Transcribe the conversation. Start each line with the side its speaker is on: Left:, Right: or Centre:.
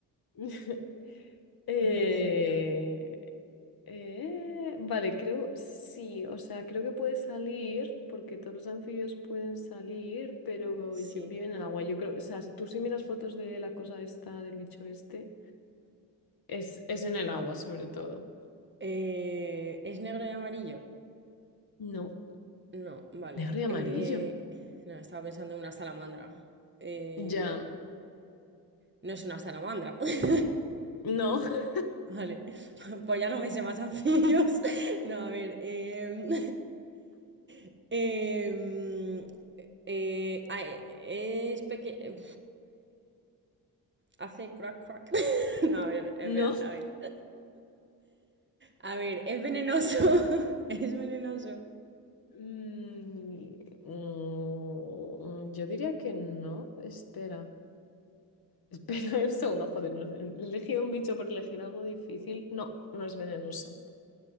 Left: <laughs> Eh,
Right: Anfibio,
Left: eh, vale, creo sí, o sea, creo que puede salir, porque todos los anfibios pueden salir, pero
Right: sí.
Left: yo- viven en el agua. Yo creo, o sea, tú si miras fotos de la cosa esta, del bicho este, es, es en el agua sobre todo.
Right: Eh, ¿es negro y amarillo?
Left: No,
Right: No, vale.
Left: negro y amarillo.
Right: Eh, no, estaba pensando en una salamandra. Eh,
Left: Ya,
Right: no es una salamandra. <laughs>
Left: no, <laughs>
Right: Vale. <laughs> Pues ya no me sé más anfibios. <laughs> No, a ver. em, <laughs> em, eh, ah, eh, es pequeño. hace crack crack. <laughs> No, a ver, espera,
Left: no.
Right: a ver. A ver, es venenoso. <laughs> Es venenoso.
Left: Mm, mm, yo diría que no, espera. Espera <laughs> un segundo, joder, no sé, he elegido un bicho por elegir algo difícil. No, no es venenoso.